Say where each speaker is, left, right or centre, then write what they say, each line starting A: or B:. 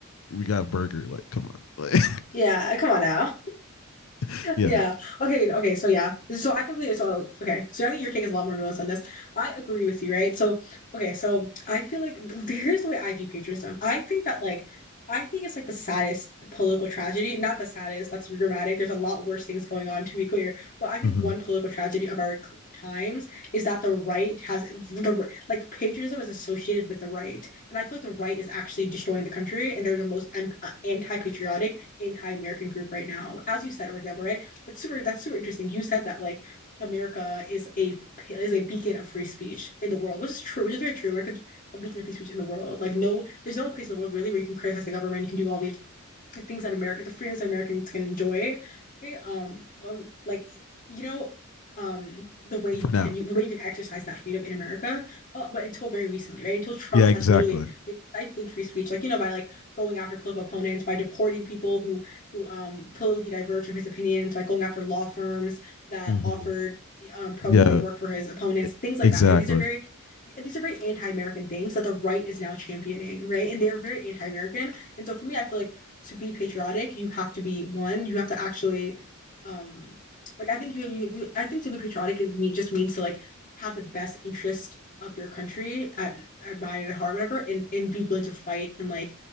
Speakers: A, on the left; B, on the left.
A: we got a burger like come on like
B: Yeah. Come on now.
A: <laughs> yeah
B: Yeah. Okay. Okay. So yeah. So I completely. So okay. So I think your take is a lot more nuanced on this. I agree with you, right? So okay. So I feel like th- here's the way I view patriotism. I think that like, I think it's like the saddest political tragedy. Not the saddest. That's dramatic. There's a lot worse things going on. To be clear, but I think
A: Mhm.
B: one political tragedy of our c- times is that the right has the r- like patriotism is associated with the right, and I feel like the right is actually destroying the country, and they're the most an- uh, anti-patriotic anti-American group right now. As you said, for example, right? it's super that's super interesting. You said that like America is a is a beacon of free speech in the world, which is true, which is very true. America's a beacon of free speech in the world. Like no, there's no place in the world really where you can criticize the government, you can do all these things that America, the freedoms that Americans can enjoy, right? Um, um, like you know, um, the way you
A: for
B: can,
A: now.
B: you the way you can exercise that freedom in America, uh, but until very recently, right? Until Trump
A: Yeah,
B: has
A: exactly.
B: literally been stifling free speech, like you know, by like going after political opponents, by deporting people who who um politically diverge from his opinions, by going after law firms that
A: Mhm.
B: offered um pro
A: Yeah,
B: bono work for his opponents
A: e-
B: things like
A: exactly.
B: that right these are very these are very anti-American things that the right is now championing right and they're very anti-American and so for me I feel like to be patriotic, you have to be one, you have to actually um like I think you, you, you I think to be patriotic is me just means to like have the best interest of your country at at mind and at heart, whatever, and and be willing to fight and like